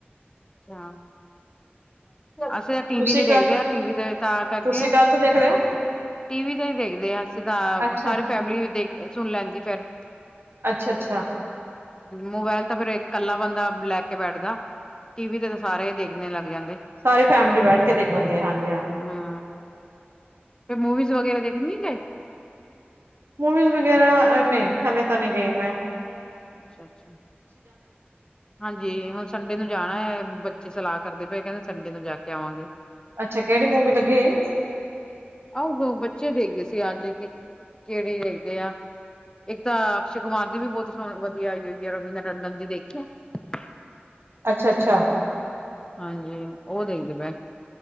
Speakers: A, on the left (about 20°); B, on the right (about 75°).
A: ਹਾਂ ਅਸੀਂ ਤਾ ਟੀ
B: ਤੁਸੀਂ
A: -ਵੀ ਤੇ
B: ਕ
A: ਦੇਖਦੇ ਆ ਟੀ- ਵੀ ਤੇ ਤਾਂ ਕਰਕੇ
B: ਤੁਸੀਂ
A: ਅ
B: ਕਾਹ ਤੋਂ ਦੇਖਦੇ ਹੋ
A: ਟੀ ਵੀ ਤੇ ਈ ਦੇਖਦੇ ਆਂ ਅਸੀਂ ਤਾਂ ਆਪ
B: ਅੱਛਾ
A: ਸਾਰੀ ਫੈਮਲੀ ਵੀ ਦੇਖ ਸੁਣ ਲੈਂਦੀ ਫੇਰ।
B: ਅੱਛ, ਅੱਛਾ
A: ਮੋਬਾਇਲ ਤਾਂ ਫੇਰ ਇੱਕ ਕੱਲਾ ਬੰਦਾ ਲੈ ਕੇ ਬੈਠਦਾ। ਟੀ ਵੀ ਤੇ ਤਾ ਸਾਰੇ ਈ ਦੇਖਨੇ ਲੱਗ ਜਾਂਦੇ।
B: ਸਾਰੀ ਫੈਮਿਲੀ ਬੈਠ ਕੇ ਦੇਖ ਲੈਂਦੀ ਏ ਹਾਂਜੀ ਹਾਂ।
A: ਹਾਂ, ਫਿਰ ਮੂਵੀਜ਼ ਵਗੈਰਾ ਦੇਖਣ ਨੀ ਗਏ?
B: ਮੂਵੀਜ਼ ਵਗੈਰਾ ਅ ਨਈ ਹਲੇੇ ਤਾ ਨੀ ਗਈ ਮੈ।
A: ਅੱਛਾ, ਅੱਛਾ ਹਾਂਜੀ ਹੁਨ ਸੰਡੇ ਨੂੰ ਜਾਣਾ ਏ ਬੱਚੇ ਸਲਾਹ ਕਰਦੇ ਪਏ ਕੈਂਦੇ ਸੰਡੇ ਨੂੰ ਜਾ ਕੇ ਆਵਾਂਗੇ।
B: ਅੱਛਾ ਕੇੜੀ ਮੂਵੀ ਲੱਗੀ ਏ?
A: ਆਓ ਓ ਬੱਚੇ ਦੇਖਦੇ ਸੀ ਅੱਜ ਕਿ ਕੇੜੀ ਦੇਖਦੇ ਆ। ਇੱਕ ਤਾਂ ਅਕਸ਼ੇ ਕੁਮਾਰ ਦੀ ਵੀ ਬਹੁਤ ਸੋਹ ਵਧੀਆ ਆਈ ਹੋਈ ਐ ਰਵੀਨਾ ਟੰਡਨ ਦੀ ਦੇਖੀ ਆ? <inaudible>
B: ਅੱਛਾ, ਅੱਛਾ।
A: ਹਾਂਜੀ ਓ ਦੇਖਦੇ ਪੈ।